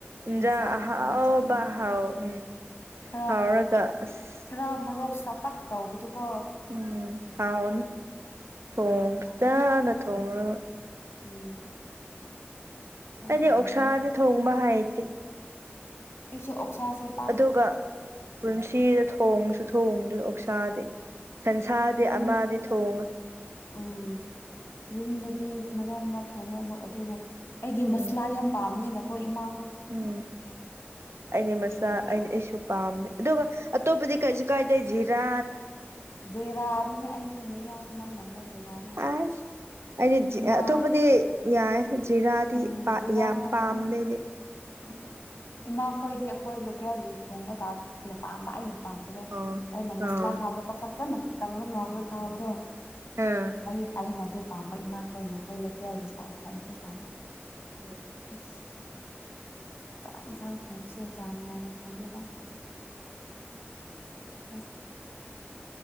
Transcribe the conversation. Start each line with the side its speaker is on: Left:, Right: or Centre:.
Right: ꯏꯟꯖꯥꯡ
Left: ꯏꯟꯁꯥꯡ
Right: ꯑꯍꯥꯎꯕ
Left: ꯆꯥꯅꯤꯡꯕꯗꯣ
Right: ꯍꯥꯎ ꯎꯝ
Left: ꯈꯔ
Right: ꯍꯥꯎꯔꯒ ꯑꯁ
Left: ꯈꯔ ꯃꯣꯔꯣꯛ ꯁꯥꯇꯛ ꯇꯧꯕꯗꯨꯀꯣ
Right: ꯎꯝ ꯍꯥꯎꯔꯅꯤ ꯊꯣꯡ
Left: ꯍꯥꯎꯒꯅꯤ
Right: ꯐꯤꯖꯥꯅ ꯊꯣꯡꯔꯒ ꯫
Left: ꯎꯝ ꯌꯥꯝ
Right: ꯑꯩꯗꯤ
Left: ꯍꯥꯎꯒꯅꯤ
Right: ꯑꯣꯛꯁꯥꯗꯤ ꯊꯣꯡꯕ ꯍꯩꯇꯦ ꯫
Left: ꯑꯩꯁꯨ ꯑꯣꯛꯁꯥꯁ‌ꯦ
Right: ꯑꯗꯨꯒ ꯄꯨꯟꯁꯤꯗ ꯊꯣꯡꯁꯨ ꯊꯣꯡꯗ꯭‌ꯔꯤ ꯑ‌ꯣꯛꯁꯥꯗꯤ ꯫ ꯁꯟꯁꯥꯗꯤ
Left: ꯌꯨꯝ
Right: ꯑꯃꯗꯤ ꯊꯣꯡꯉꯦ ꯫
Left: ꯎꯝ ꯌꯨꯝꯗꯗꯤ ꯃꯔꯥꯛ ꯃꯔꯥꯛ ꯊꯣꯡꯉꯦꯕ ꯑꯗꯨꯕꯨ ꯑꯩꯗꯤ
Right: ꯎꯝ
Left: ꯃꯁꯂꯥ ꯌꯥꯝ ꯄꯥꯝꯕꯅꯤꯅꯀꯣ ꯏꯃꯥ
Right: ꯎꯝ ꯑꯩꯗꯤ ꯃꯁꯂꯥ
Left: ꯑꯗꯨꯒꯤ
Right: ꯑꯩꯗꯤ ꯑꯩꯁꯨ ꯄꯥꯝꯃꯦ ꯑꯗꯨꯒ ꯑꯇꯣꯞꯄꯗꯤ ꯀꯔꯤꯁꯨ ꯀꯥꯏꯗꯦ ꯖꯤꯔꯥ
Left: ꯖꯦꯔꯥ ꯑꯗꯨꯅꯦ ꯑꯩꯁꯨ ꯃꯌꯥꯡ ꯃꯅꯝ ꯅꯝꯕ ꯖꯦꯔꯥꯗꯣ
Right: ꯑꯁ ꯑꯩꯗꯤ
Left: ꯏꯃꯥ
Right: ꯑꯇꯣꯞꯄꯗꯤ ꯌꯥꯏꯌꯦ ꯖꯤꯔꯥꯗꯤ
Left: ꯎꯝ
Right: ꯄꯥ
Left: ꯖꯤꯔꯥ
Right: ꯌꯥꯝ
Left: ꯈꯛꯇꯅꯦ
Right: ꯄꯥꯝꯗꯦ ꯑꯩꯗꯤ
Left: <inaudible> ꯏꯃꯥꯈꯣꯏꯗꯤ ꯑꯩꯈꯣꯏ ꯂꯣꯀꯦꯜꯒꯤ ꯊꯣꯡꯕ ꯊꯥꯛꯕꯁꯤꯅ ꯄꯥꯝꯕ ꯑꯩꯅ ꯄꯥꯝꯇꯕ
Right: ꯑꯣ
Left: ꯑꯩꯅ ꯃꯁꯂꯥ
Right: ꯑꯣ
Left: ꯍꯥꯞꯄꯒ ꯐꯖꯅ ꯀꯪꯔꯥ ꯉꯧꯔ ꯆꯥꯕꯗꯣ
Right: ꯑꯝ
Left: ꯑꯩ ꯑꯩꯅ ꯑꯗꯨ ꯄꯥꯝꯕ ꯏꯃꯥꯈꯣꯏꯅ ꯑꯩꯈꯣꯢ ꯂꯣꯀꯦꯜꯒꯤ ꯁꯥ ꯊꯣꯡꯕꯗꯨ ꯄꯥꯝꯕ
Right: ꯎꯝ
Left: ꯑꯁ ꯆꯥꯛ ꯏꯟꯁꯥꯡ ꯊꯣꯡꯕꯁꯦ ꯆꯥꯡ ꯅꯥꯏꯅꯥ ꯊꯣꯡꯗꯦꯗꯥ <inaudible>